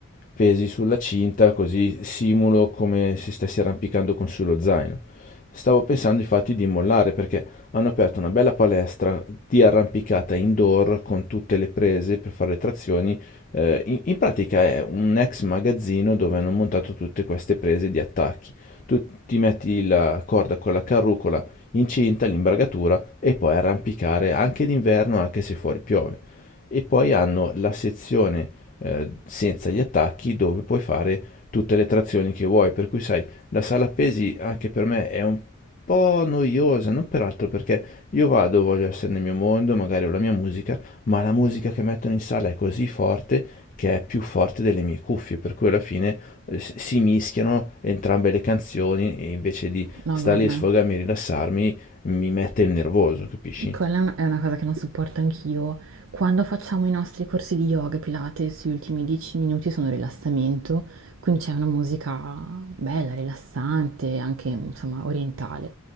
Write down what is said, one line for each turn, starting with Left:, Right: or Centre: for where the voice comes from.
Left: pesi sulla cinta, così simulo come se stessi arrampicando con sullo zaino. Stavo pensando infatti di mollare perché hanno aperto una bella palestra di arrampicata indoor con tutte le prese per fare le trazioni. eh, in in pratica è un ex magazzino dove hanno montato tutte queste prese di attacchi tu ti metti la corda con la carrucola incinta, l'imbragatura e puoi arrampicare anche d'inverno anche se fuori piove. E poi hanno la sezione eh, senza gli attacchi dove puoi fare tutte le trazioni che vuoi, per cui sai, la sala pesi anche per me è un po' noiosa, non peraltro perché io vado, voglio essere nel mio mondo, magari ho la mia musica ma la musica che mettono in sala è così forte che è più forte delle mie cuffie, per cui alla fine eh, s- si mischiano entrambe le canzoni e invece di
Right: No,
Left: stare
Right: guarda,
Left: lì a sfogarmi e rilassarmi mi mette il nervoso, capisci?
Right: quella è una, è una cosa che non sopporto anch'io. Quando facciamo i nostri corsi di yoga e Pilates, gli ultimi 10 minuti sono rilassamento, quindi c'è una musica bella, rilassante, anche insomma orientale.